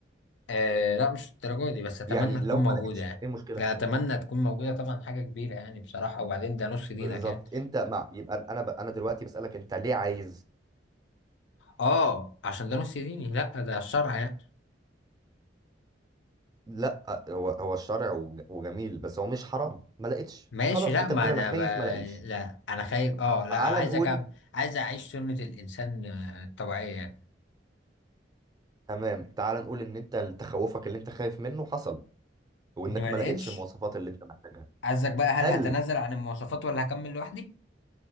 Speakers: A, on the left; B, on the right.
A: آه لا مش الدرجة دي بس أتمنى
B: يعني لو
A: تكون موجودة
B: ما لقيتش
A: يعني
B: ايه المشكله
A: لا أتمنى تكون موجودة طبعا حاجة كبيرة يعني بصراحة وبعدين ده نص دينك
B: بالظبط
A: يعني
B: انت مع يبقى انا ب... انا دلوقتي بسالك انت ليه عايز
A: آه عشان ده نص ديني لا ده الشرع يعني
B: لا هو هو الشرع وج- وجميل بس هو مش حرام ما لقيتش
A: ماشي
B: فخلاص
A: لا
B: انت
A: ما
B: بتقول
A: أنا
B: انا خايف
A: ب...
B: ما لاقيش
A: لا أنا خايف آه لا
B: تعال
A: أنا
B: نقول
A: عايز أكمل عايز أعيش سنة الإنسان آه، الطبيعية يعني
B: تمام تعال نقول ان انت تخوفك اللي انت خايف منه حصل وانك
A: إني ما
B: ما
A: لقيتش
B: لقيتش المواصفات اللي انت محتاجها
A: عايزك بقى هل
B: هل
A: هتنازل عن المواصفات ولا هكمل لوحدي؟